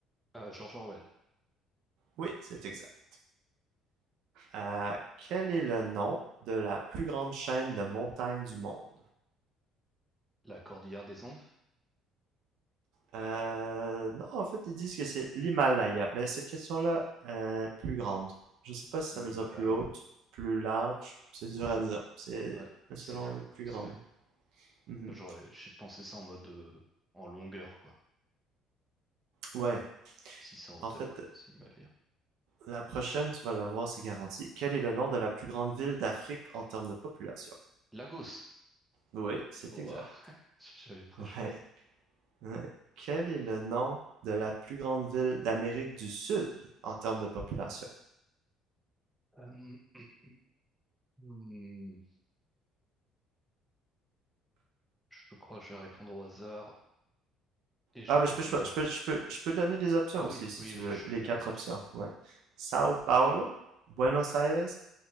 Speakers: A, in the centre; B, on the right (about 70°).
A: Ah, George Orwell,
B: Oui, c'est exact. Euh, quel est le nom de la plus grande chaîne de montagnes du monde?
A: La Cordillère des Andes,
B: Euh, non, en fait, ils disent que c'est l'Himalaya, mais cette question-là, euh, plus grande. Je sais pas si
A: plus
B: ça veut dire plus
A: ah ouais,
B: haute, plus large, c'est dur à dire. C'est
A: ouais,
B: selon
A: c'est flou,
B: plus
A: c'est
B: grande.
A: flou.
B: Mhm.
A: J'aurais j'ai pensé ça en mode euh, en longueur quoi,
B: Ouais,
A: 600 hauteur,
B: en fait,
A: ouais, c'est l'Himalaya.
B: la prochaine, tu vas la voir, c'est garanti. Quel est le nom de la plus grande ville d'Afrique en termes de population?
A: Lagos,
B: Oui, c'est
A: wow,
B: exact.
A: <laughs> j'avais préchaud.
B: Ouais, Euh, Quel est le nom de la plus grande ville d'Amérique du Sud en termes de population?
A: Euh, <clears throat> hmm, je crois que je vais répondre au hasard et je
B: Ah,
A: vais
B: ben je peux,
A: dire...
B: choi- je peux, je peux, je peux donner des options
A: Ah
B: aussi,
A: oui,
B: si
A: oui,
B: tu
A: oui,
B: veux.
A: je
B: Les
A: veux bien
B: quatre
A: les options.
B: options, ouais. Sao Paulo, Buenos Aires,